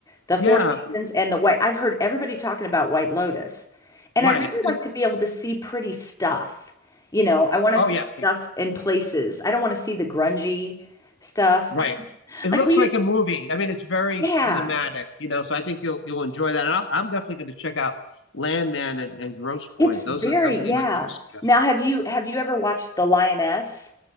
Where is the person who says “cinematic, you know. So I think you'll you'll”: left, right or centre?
Left